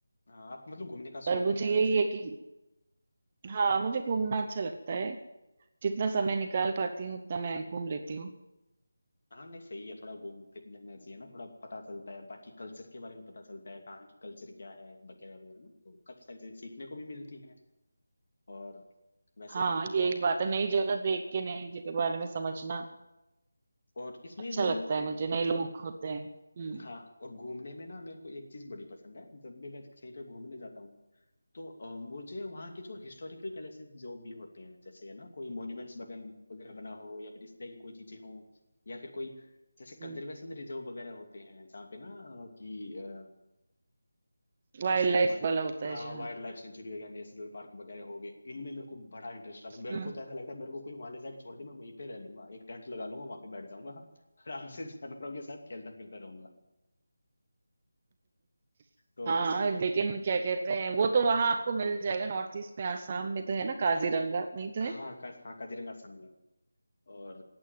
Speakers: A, on the left; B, on the right.
A: हाँ, आपको मतलब घूमने का
B: पर
A: शौक
B: मुझे
A: है
B: यही
A: वैसे
B: है कि
A: हम्म।
B: हाँ मुझे घूमना अच्छा लगता है जितना समय निकाल पाती हूँ उतना मैं घूम लेती हूँ
A: हाँ नहीं सही है थोड़ा घूम फिरने में चाहिए ना थोड़ा पता चलता है बाकी कल्चर के बारे में पता चलता है कहाँ की कल्चर क्या है वगैरह वगैरह ना तो काफी सारी चीजें सीखने को भी मिलती हैं और वैसे
B: हाँ ये
A: और
B: एक बात है नई जगह देख के नई जगह के बारे में समझना
A: और इसमें
B: अच्छा
A: जो
B: लगता
A: अ,
B: है मुझे नए लोग होते हैं हम्म
A: हाँ और घूमने में ना मेरे को एक चीज बड़ी पसंद है जब भी मैं कहीं पे घूमने जाता हूँ तो अ, मुझे वहाँ के जो हिस्टोरिकल पैलेसेस जो भी होते हैं जैसे है ना कोई मॉन्यूमेंट्स बगन वगैरह बना हो या फिर इस तरह की कोई चीजें हो या फिर कोई जैसे कंजर्वेशन
B: हम्म
A: रिजर्व वगैरह होते हैं जहाँ पे ना अ, कि अ,
B: वाइल्ड
A: जैसे
B: लाइफ
A: मन
B: वाला होता
A: हाँ
B: है जहाँ
A: वाइल्ड लाइफ सेंचुरी हो गया नेशनल पार्क वगैरह हो गए इनमें मेरे को बड़ा इंटरेस्ट आता है मेरे
B: हम्म
A: को तो ऐसा लगता है मेरे को कोई वहां ले जाके छोड़ दे मैं वहीं पे रह लूंगा एक टेंट लगा लूंगा वहां पे बैठ जाऊंगा आराम से जानवरों के साथ खेलता फिरता रहूंगा
B: <laughs>
A: तो
B: हाँ
A: उसके
B: लेकिन क्या कहते हैं वो तो वहां आपको मिल जाएगा नॉर्थ ईस्ट में आसाम में तो है ना काजीरंगा वहीं तो
A: हाँ
B: है
A: का, हाँ काजीरंगा असम में है। और